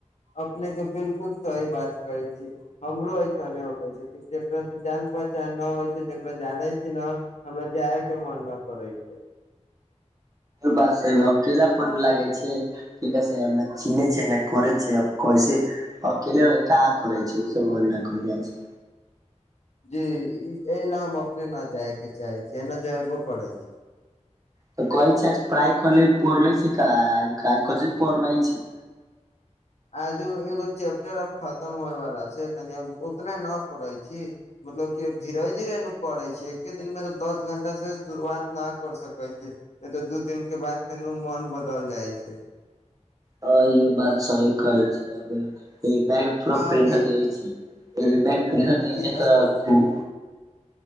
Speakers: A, on the left; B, on the right.
A: अपने के बिलकुल सही बात कहै छीियै हमरो ऐस अक होइ छै जकरास से जान पहचान नहि होइ छै जकरा जानै छी न हमरा जाय के मन न करै छै
B: बात छै अकेलापन लागै छै ठीके छैनअ चिने छै ने कर छै आ कैस अकेले क हाँकरै छै उस मन न कर जाइ छै
A: जी एहि ले हम अपने न जाय के चाहे छीयै ने जयबो करै छी
B: त कहै छै आज प्राय कने पढ़ले छै काज काज क पढ़ले छै
A: आजू एगो चैप्टर अब खतम होय वाला छै तनी अब उतना न पढ़े छी मतलब क धीरे धीरे ने पड़े छै एके दिन मे दस घं्टा से शुरुआत न कर सकै छै नहि तऽ दू दिन के बाद फेर मन बदल जाइ छै
B: ह ई हो बात सही कहै छै अब एक थो
A: आ
B: प्रेसर
A: अभी
B: दै छै ई बैग पसा द
A: जी
B: छै तऽ खू